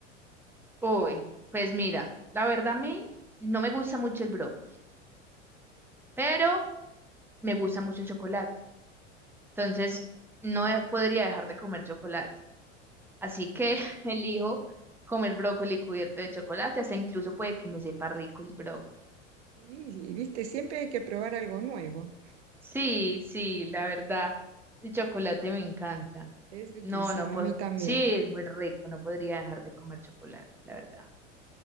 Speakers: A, in the centre; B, on the right (about 65°).
A: Hoy, pues mira, la verdad a mí no me gusta mucho el brócoli, pero me gusta mucho el chocolate. Entonces, no he- podría dejar de comer chocolate. Así que <laughs> elijo comer brócoli cubierto de chocolate. Hasta incluso puede que me sepa rico el brócoli.
B: Y, y, viste, siempre hay que probar algo nuevo.
A: Sí, sí, la verdad, el chocolate me encanta.
B: Es riquísimo,
A: No, no puedo.
B: a mí también.
A: Sí, es muy rico, no podría dejar de comer chocolate, la verdad.